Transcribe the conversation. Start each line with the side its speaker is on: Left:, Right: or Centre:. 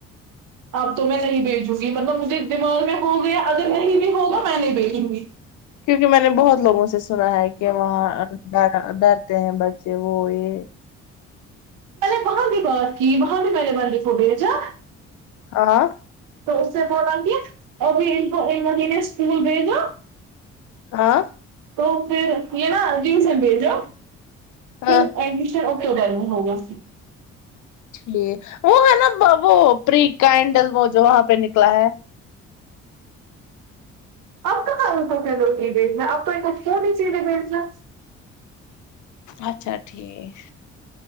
Right: اب تو میں نہیں بھیجوں گی مطلب مجھے دماغ میں ہو گیا اگر نہیں بھی ہوگا میں نہیں بھیجوں گی
Left: کیونکہ میں نے بہت لوگوں سے سنا ہے کہ وہاں ڈر ڈرتے ہیں بچے وہ یہ
Right: میں نے وہاں بھی بات کی وہاں بھی میں نے بندیفو بھیجا
Left: آاں
Right: تو اس سے بعد آ کے ابھی ان کو ان مہینے اسکول بھیجو
Left: ہاں
Right: تو پھر یہ نا جیم سے بھیجو پھر
Left: ہاں
Right: ای اوک گرمی ہوگی
Left: ٹھ وہ ہے نا وہ پری کینڈل وہ جو وہاں پہ نکلا ہے
Right: آپ کہاں اپ لوٹی بھیجنا اب تو اتنا کیوں نہیں چیزیں بیجنا
Left: اچھا ٹھیک